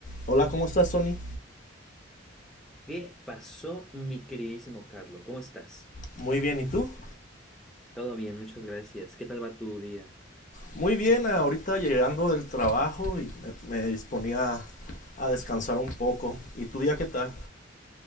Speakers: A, on the left (about 40°); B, in the centre.
A: Hola, ¿cómo estás, Tony?
B: ¿Qué pasó, mi queridísimo Carlo? ¿Cómo estás?
A: Muy bien, ¿y tú?
B: Todo bien, muchas gracias. ¿Qué tal va tu día?
A: Muy bien, ahorita llegando del trabajo y me, me disponía a descansar un poco. ¿Y tu día qué tal?